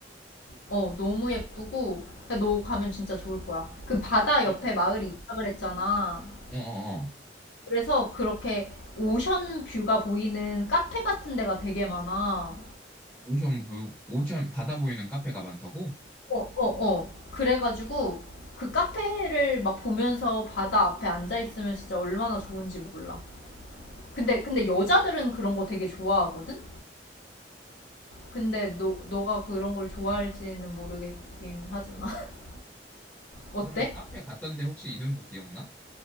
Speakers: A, on the left; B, in the centre.
A: 어, 너무 예쁘고, 너 가면 진짜 좋을 거야. 그 바다
B: 그럼,
A: 옆에 마을이 있다 그랬잖아.
B: 어, 어, 어.
A: 그래서 그렇게 오션 뷰가 보이는 카페 같은 데가 되게 많아.
B: 오션 뷰, 오션 바다 보이는 카페가 많다고?
A: 어, 어, 어. 그래가지고 그 카페를 막 보면서 바다 앞에 앉아 있으면 진짜 얼마나 좋은지 몰라. 근데, 근데 여자들은 그런 거 되게 좋아하거든? 근데 너, 너가 그런 걸 좋아할지는 모르겠긴 하지만. <laughs> 어때?
B: 그러면 카페 갔던데 혹시 이름도 기억나?